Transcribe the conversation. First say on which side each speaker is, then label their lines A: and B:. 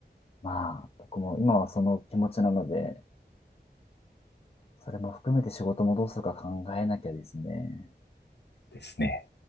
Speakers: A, on the left; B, on the left.
A: まあ、僕も今はその気持ちなので、それも含めて仕事もどうするか考えなきゃですね。
B: ですね。